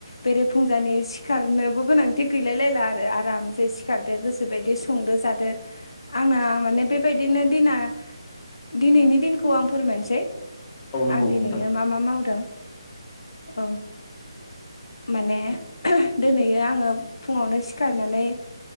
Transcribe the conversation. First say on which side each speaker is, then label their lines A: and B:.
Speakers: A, on the left; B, on the left.
A: बेरे फुंजानि सिखारनोबो गोनांथि बिदि गैलाय लायला आरो आराम जे सिखारदो गोसबायदि संदो जादो आंना माने बेबायदिनो दिना दिनैनि दिनखौ आं फोरमायनोसै
B: औ नंगौ
A: आं दिनैयो
B: नोंथां
A: मा मा मावदों औ माने दिनै आङो फुङावनो सिखारनानै